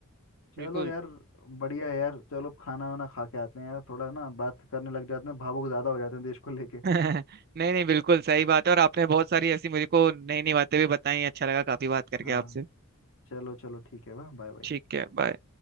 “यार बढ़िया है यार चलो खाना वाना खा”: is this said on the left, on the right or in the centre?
Left